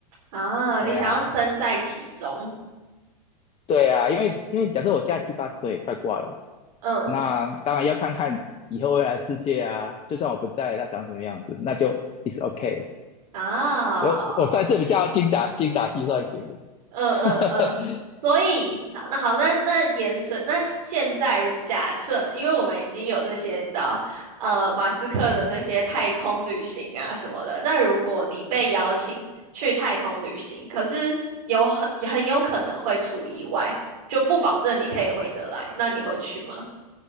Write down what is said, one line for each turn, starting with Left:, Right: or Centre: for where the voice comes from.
Right: 啊，你想要身在其中，
Left: 哎呀，对啊，因为因为假设我现在七八十岁也快挂了，
Right: 嗯
Left: 那当然要看看以后未来的世界啊。就算我不在了，它长什么样子，那就 is t o k a
Right: 啊。
Left: 我我算是比较精打精打细算型
Right: 嗯嗯嗯，
Left: 的，<laughs>
Right: 所以好，那好，那那延伸，那现在假设，因为我们已经有这些，你知道呃，马斯克的那些太空旅行啊什么的，那如果你被邀请去太空旅行，可是有很很有可能会出意外，就不保证你可以回得来，那你会去吗？